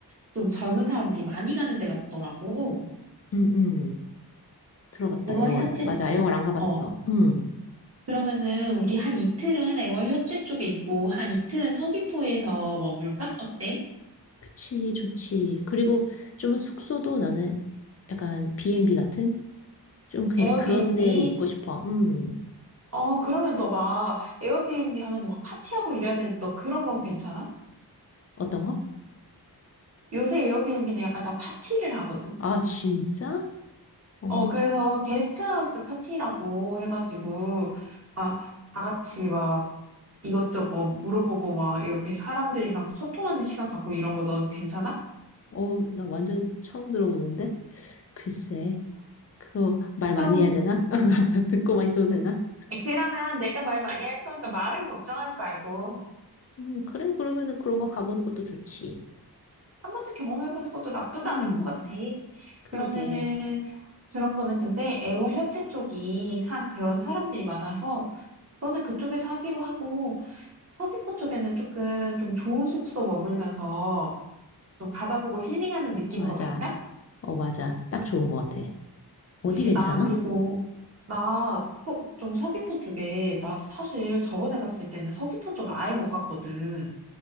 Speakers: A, on the right; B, on the left.
A: 좀 젊은 사람들이 많이 가는 데 같더라고.
B: 응, 응. 들어봤다,
A: 애월
B: 애월.
A: 협재
B: 맞아,
A: 쪽.
B: 애월 안 가봤어.
A: 어.
B: 응.
A: 그러면은 우리 한 이틀은 애월 협재 쪽에 있고 한 이틀은 서귀포에서 머물까? 어때?
B: 그치, 좋지. 그리고 좀은 숙소도 나는 약간 B&B 같은? 좀 그,
A: 에어비앤비.
B: 그런 데 있고 싶어. 음
A: 어, 그러면 너 막 에어비앤비 하면 막 파티하고 이래야 되는데 너 그런 건 괜찮아?
B: 어떤 거?
A: 요새 에어비앤비는 약간 다 파티를 하거든?
B: 아, 진짜? 어,
A: 어, 그래서 게스트하우스 파티라고 해가지고 막 다 같이 막 이것저것 물어보고 막 이렇게 사람들이랑 소통하는 시간 갖고 이런 거 넌 괜찮아?
B: 어, 나 완전 처음 들어보는데? 글쎄, 그거 말 많이
A: 좀
B: 해야 되나? <laughs> 듣고만 있어도 되나?
A: 그러면 내가 말 많이 할 거니까 말은 걱정하지 말고
B: 음, 그래, 그러면은 그런 거 가보는 것도 좋지.
A: 한 번쯤 경험해보는 것도 나쁘지
B: 음,
A: 않을 것 같아.
B: 그러게.
A: 그러면은 그런 거는 근데 애월 협재 쪽이 사, 그런 사람들이 많아서 그거는 그쪽에서 하기로 하고 서귀포 쪽에는 조금 좀 좋은 숙소 머물면서 좀 바다보고 힐링하는 느낌으로
B: 맞아.
A: 갈까?
B: 어, 맞아. 딱 좋은 것 같아. 어디
A: 그치,
B: 괜찮아?
A: 나 그리고 나 좀 서귀포 쪽에 나 사실 저번에 갔을 때는 서귀포 쪽을 아예 못 갔거든.